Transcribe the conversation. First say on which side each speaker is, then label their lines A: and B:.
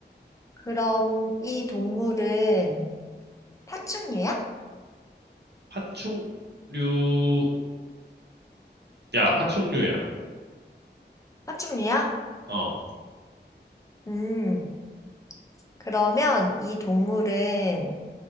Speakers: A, on the left (about 20°); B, on the right (about 70°).
A: 그럼 이 동물은 파충류야?
B: 파충류, 야, 파충류야.
A: 파충류야?
B: 어,
A: 음, 그러면 이 동물은